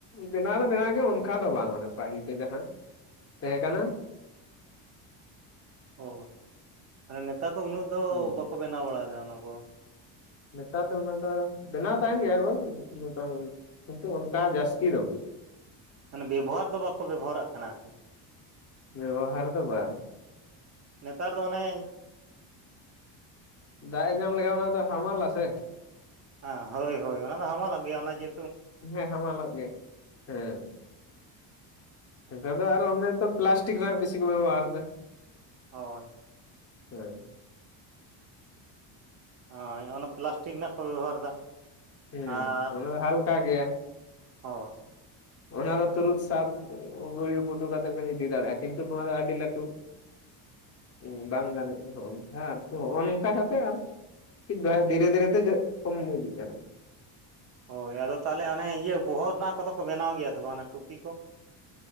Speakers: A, on the left; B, on the right.
A: ᱵᱮᱱᱟᱣ ᱫᱚ ᱵᱮᱱᱟᱣ ᱜᱮ ᱚᱱᱠᱟ ᱫᱚ ᱵᱟᱝ ᱢᱟᱱᱮ ᱯᱟᱹᱦᱤᱞ ᱛᱮ ᱡᱟᱦᱟᱸ ᱛᱟᱦᱮᱸ ᱠᱟᱱᱟ
B: ᱚ ᱢᱟᱱᱮ ᱱᱮᱛᱟᱨ ᱫᱚ ᱩᱱᱟᱹᱜ ᱫᱚ
A: ᱦᱮᱸ
B: ᱵᱟᱠᱚ ᱵᱮᱱᱟᱣ ᱵᱟᱲᱟᱭᱫᱟ ᱚᱱᱟᱠᱚ᱾
A: ᱱᱮᱛᱟᱨ ᱫᱚ ᱚᱱᱟ ᱫᱚ ᱵᱮᱱᱟᱣ ᱛᱟᱦᱮᱱ ᱜᱮᱭᱟ ᱠᱚ ᱢᱚᱴᱟ ᱢᱩᱲᱤᱡ ᱠᱤᱱᱛᱩ ᱚᱱᱠᱟ ᱡᱟᱹᱥᱛᱤ ᱫᱚ ᱵᱟᱝ
B: ᱢᱟᱱᱮ ᱵᱮᱵᱚᱦᱟᱨ ᱫᱚ ᱵᱟᱠᱚ ᱵᱮᱵᱚᱦᱟᱨᱟᱜ ᱠᱟᱱᱟ ᱟᱨᱠᱤ᱾
A: ᱵᱮᱵᱚᱦᱟᱨ ᱫᱚ ᱵᱟ
B: ᱱᱮᱛᱟᱨ ᱫᱚ ᱚᱱᱮ
A: ᱫᱟᱜ ᱮ ᱧᱟᱢ ᱞᱮᱠᱷᱟᱱ ᱚᱱᱟ ᱫᱚ ᱦᱟᱢᱟᱞᱟ ᱥᱮ
B: ᱦᱮᱸ ᱦᱳᱭ ᱦᱳᱭ ᱚᱱᱟ ᱫᱚ ᱦᱟᱢᱟᱞᱚᱜ ᱜᱮᱭᱟ ᱚᱱᱟ ᱡᱮ
A: ᱦᱮᱸ ᱦᱟᱢᱟᱞᱚᱜ ᱜᱮᱭᱟ ᱦᱮᱸ ᱱᱮᱛᱟᱨ ᱫᱚ ᱟᱨ ᱚᱱᱮ ᱛᱚ ᱯᱞᱟᱥᱴᱤᱠ ᱨᱮᱱᱟᱜ ᱵᱮᱥᱤ ᱠᱚ ᱵᱮᱵᱚᱦᱟᱨ ᱫᱟ
B: ᱦᱳᱭ
A: ᱦᱮᱸ
B: ᱦᱳᱭ ᱚᱱᱟ ᱯᱞᱟᱥᱴᱤᱠ ᱨᱮᱱᱟᱜ ᱠᱚ ᱵᱮᱵᱚᱦᱟᱨ ᱫᱟ
A: ᱦᱮᱸ
B: ᱟᱨ
A: ᱚᱱᱟ ᱫᱚ ᱦᱟᱞᱠᱟ ᱜᱮᱭᱟ
B: ᱦᱳᱭ
A: ᱚᱱᱟ ᱫᱚ ᱛᱩᱨᱩᱫ ᱥᱟᱵ ᱜᱩᱲᱩ ᱯᱩᱴᱩ ᱠᱟᱛᱮᱜ ᱵᱤᱱ ᱤᱫᱤ ᱫᱟᱲᱮᱭᱟᱜᱼᱟ ᱠᱤᱱᱛᱩ ᱱᱚᱣᱟ ᱫᱚ ᱟᱹᱰᱤ ᱞᱟᱹᱴᱩ
B: <inaudible>
A: ᱵᱟᱝ <unintelligible> ᱠᱟ ᱠᱟᱛᱮ ᱟᱨᱠᱤ ᱴᱤᱡ ᱫᱷᱤᱨᱮ ᱫᱷᱤᱨᱮ ᱛᱮ ᱠᱚᱢ ᱤᱫᱤᱜ ᱠᱟᱱᱟ᱾
B: ᱦᱳᱭ ᱟᱫᱚ ᱛᱟᱦᱚᱞᱮ ᱚᱱᱮ ᱤᱭᱟᱹ ᱵᱚᱦᱚᱜ ᱨᱮᱱᱟᱜ ᱠᱚᱫᱚ ᱠᱚ ᱵᱮᱱᱟᱣ ᱜᱮᱭᱟ ᱥᱮ ᱵᱟᱝ ᱴᱩᱯᱤ ᱠᱚ?